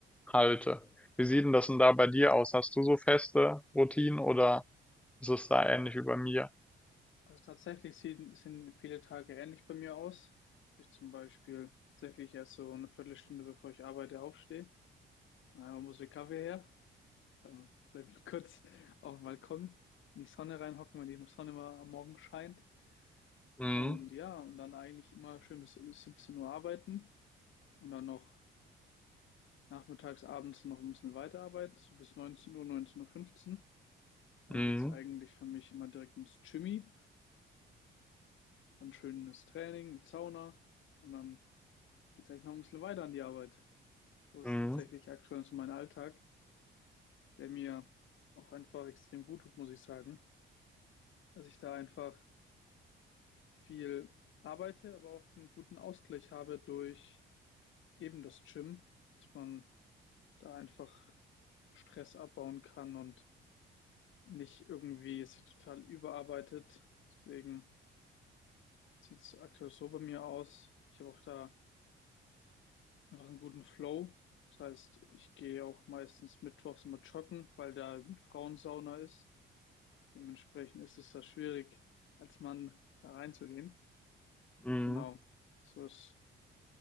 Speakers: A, in the centre; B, on the left (about 75°).
A: halte. Wie sieht denn das denn da bei dir aus? Hast du so feste Routinen oder ist es da ähnlich wie bei mir?
B: Also tatsächlich sehen, sehen viele Tage ähnlich bei mir aus. Ich zum Beispiel tatsächlich erst so eine Viertelstunde, bevor ich arbeite, aufstehe. Äh, muss der Kaffee her. Dann bleibe ich kurz auf dem Balkon in die Sonne reinhocken, wenn die Sonne mal am Morgen scheint.
A: Mhm.
B: Und ja, und dann eigentlich immer schön bis 17 Uhr arbeiten und dann noch nachmittags, abends noch ein bisschen weiterarbeiten, so bis 19 Uhr, 19.15 Uhr. fünfzehn. Dann
A: Mhm.
B: geht's eigentlich für mich immer direkt ins Gymi, dann schönes Training mit Sauna und dann geht's eigentlich noch ein bisschen weiter an die Arbeit. So ist
A: Mhm.
B: tatsächlich aktuell so mein Alltag, der mir auch einfach extrem gut tut, muss ich sagen. Dass ich da einfach viel arbeite, aber auch einen guten Ausgleich habe durch eben das Gym, dass man da einfach Stress abbauen kann und nicht irgendwie sich total überarbeitet. Deswegen sieht's aktuell so bei mir aus. Ich habe auch da einfach einen guten Flow. Das heißt, ich gehe auch meistens mittwochs immer joggen, weil da eben Frauensauna ist. Dementsprechend ist es da schwierig, als Mann da reinzugehen.
A: Mhm.
B: Genau. So ist